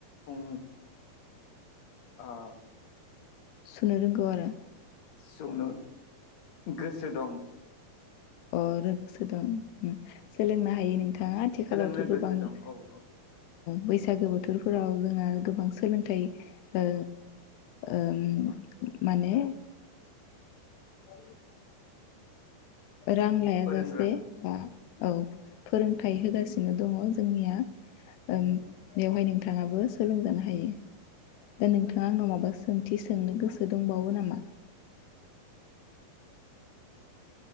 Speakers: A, on the left; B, on the left.
A: ओम। आं।
B: सुनो रोंगौ आरो।
A: सुनो। गोसो दं।
B: ओ आरो। गोसो दं ओम। सोलोंनो हायो नोंथ ङा आथिखालावथ
A: सोलोंनो
B: गोबां
A: गोसो
B: औ-औ
A: दं औ औ
B: बैसाग बैसागो बोथोरफोराव जोंहा गोबां सोलोंथाइ ओ ओम माने। औ। रां लायाजासे
A: फोरोंग्रा
B: बा औ फोरोंथाइ होगासिन दङ जोंनिया ओम बेवहाय नोंथाङाबो सोलोंजानो हायो दा नोंथाङा आंनाव माबा सोंथि सोंनो गोसो दंबावो नामा?